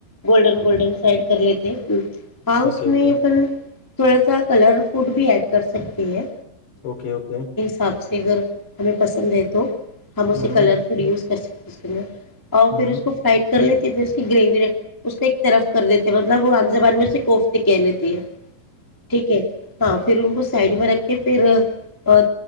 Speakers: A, in the centre; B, on the left (about 70°).
A: گولڈن گولڈن سائڈ کر لیتے ایک پاؤس
B: اوکے
A: میں
B: اوکے
A: اپن تھوڑا سا کلر فوڈ بھی ایڈ کر سکتی ہے
B: اوکے اوکے
A: حساب سے اگر ہمیں پسند ہے تو ہم اسے
B: ہ ہ
A: کلر پروڈیوز کر سکتے اس کےے اور
B: ہ
A: پھر اس کو فائٹ کر لیتی ہے پھر اس کی گریوی اس کو ایک طرف کر دیتے مطلب وہ عام زبان میں اسے کوفتی کہہ لیتی ہے ٹھیک ہے ہاں پھر ان کو سائڈ میں رکھ کے پھر اور